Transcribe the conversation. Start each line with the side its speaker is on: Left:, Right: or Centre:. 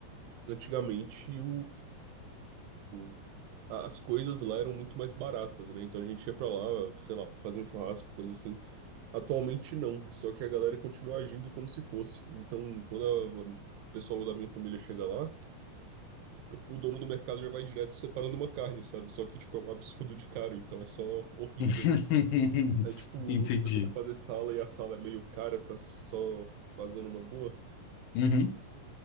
Right: antigamente o, o, a- as coisas lá eram muito mais baratas, né? Então a gente ia pra lá, sei lá, fazia um churrasco, coisa assim. Atualmente não, só que a galera continua agindo como se fosse. Então, quando a- o pessoal da minha família chega lá, o dono do mercado já vai direto separando uma carne, sabe? Só que, tipo, é um absurdo de caro, então é só horrível,
Left: <laughs>
Right: assim. É tipo,
Left: Entendi.
Right: você tem que fazer sala e a sala é meio cara pra só fazer numa boa.
Left: Uhum.